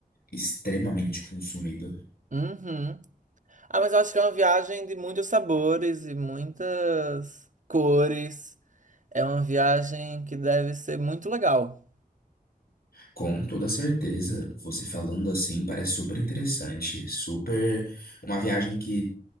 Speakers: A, on the left; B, on the right.
A: extremamente consumido.
B: Uhum. Ah, mas eu acho que é uma viagem de muitos sabores e muitas cores. É uma viagem que deve ser muito legal.
A: Com toda certeza. Você falando assim parece super interessante. Super. Uma viagem que